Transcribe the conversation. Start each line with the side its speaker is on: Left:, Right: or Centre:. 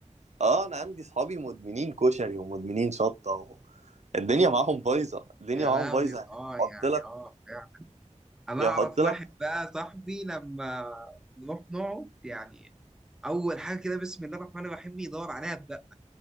Right: اه انا عندي صحابي مدمنين كشري ومدمنين شطه و... الدنيا معاهم بايظه الدنيا
Centre: يا
Right: معاهم
Centre: لهوي
Right: بايظه يعني
Centre: اه يعني
Right: يحط لك
Centre: اه فعلا انا
Right: يحط
Centre: اعرف
Right: لك
Centre: واحد بقى صاحبي لما نروح نقعد يعني اول حاجه كده بسم الله الرحمن الرحيم يدور عليها بقى